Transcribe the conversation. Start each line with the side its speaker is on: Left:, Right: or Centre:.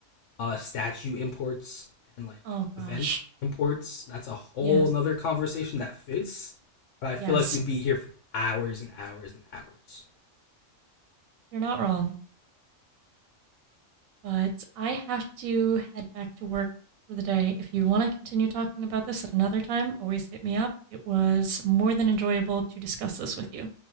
Left: uh statue imports and like
Right: Oh gosh.
Left: event imports. That's a whole
Right: Yes,
Left: nother conversation that fits, but I feel
Right: yes.
Left: like we'd be here for hours and hours and hours.
Right: You're not wrong. but I have to head back to work for the day. If you want to continue talking about this at another time, always hit me up. It was more than enjoyable to discuss this with you.